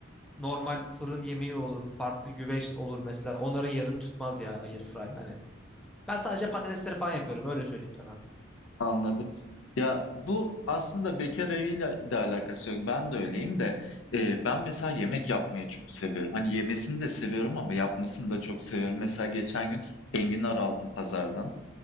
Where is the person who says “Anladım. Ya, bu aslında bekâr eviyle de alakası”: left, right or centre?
Left